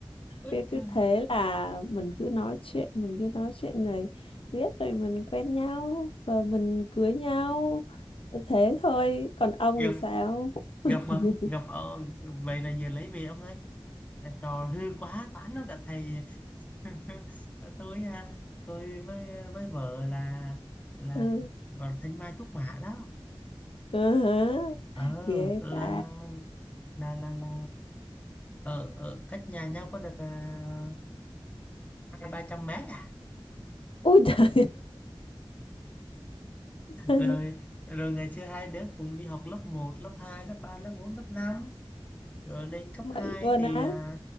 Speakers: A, on the left; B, on the left.
A: Ôi
B: cái
A: trời.
B: cứ thế là mình cứ nói chuyện mình cứ nói chuyện rồi biết rồi mình quen nhau và mình cưới nhau thế thôi còn ông
A: Gặp
B: thì sao
A: gặp
B: <laughs>
A: mà gặp ờ, vậy là giờ lấy về ông ơi. À, Trò hư quá tán luôn cả thầy <laughs> tôi à, tôi với với vợ là là
B: ừ.
A: cũng gọi là thanh mai trúc mã đó
B: ừ hả.
A: ờ
B: ghê
A: là
B: ta
A: là là là ở ở cách nhà nhau có được à, hai ba trăm mét à
B: ôi trời <laughs>
A: rồi rồi ngày xưa hai đứa cùng đi học lớp một lớp 2 lớp 3 lớp 4 lớp năm rồi lên cấp
B: vậy
A: 2
B: luôn
A: thì
B: á
A: à,